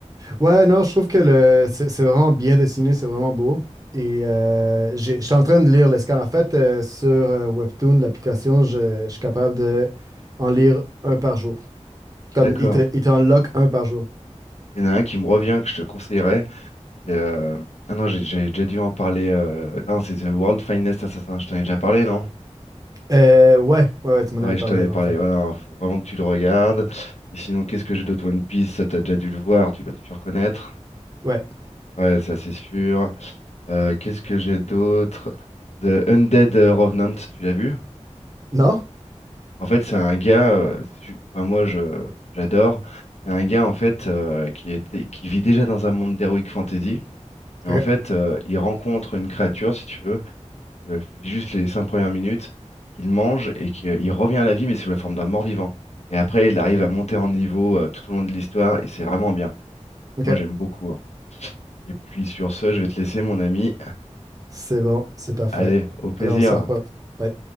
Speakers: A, on the right; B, on the left.
A: Ouais, non, je trouve que le, c'est c'est vraiment bien dessiné, c'est vraiment beau. Et euh, j'ai- je suis en train de lire les scans. En fait, euh, sur euh, Webtoon, l'application, je, je suis capable de en lire un par jour. Comme
B: D'accord.
A: il te, il t'en lock un par jour.
B: Il y en a un qui me revient que je te conseillerais. c'est, euh, Ah non j'ai j'ai déjà dû en parler. euh, Non c'est The World Finest Assassin. Je t'en ai déjà parlé non?
A: Euh, ouais, ouais, ouais, tu m'en
B: Ouais,
A: avais parlé
B: je t'en avais
A: là
B: parlé.
A: en fait.
B: Ouais, non, faut vraiment que tu le regardes. Et sinon, qu'est-ce que j'ai d'autre One Piece? Ça, t'as déjà dû le voir, tu dois sûr connaître.
A: Ouais.
B: Ouais, ça c'est sûr. Euh, qu'est-ce que j'ai d'autre? The Undead Revenant, tu l'as vu?
A: Non?
B: En fait, c'est un gars. euh, c'est su- enfin, moi, je j'adore. C'est un gars en fait euh, qui était, qui vit déjà dans un monde d'heroic fantasy. Mais
A: Ok,
B: en fait, euh, il rencontre une créature, si tu veux. Euh, je te dis juste les cinq premières minutes, qu'il mange et qu'il revient à la vie, mais sous la forme d'un mort-vivant. Et après, il arrive à monter en niveau euh, tout au long de l'histoire et c'est vraiment bien.
A: ok.
B: Moi, j'aime beaucoup. hein. Et puis sur ce, je vais te laisser, mon ami.
A: C'est bon, c'est parfait.
B: Allez, au plaisir.
A: Allez, on se reparle. Bye.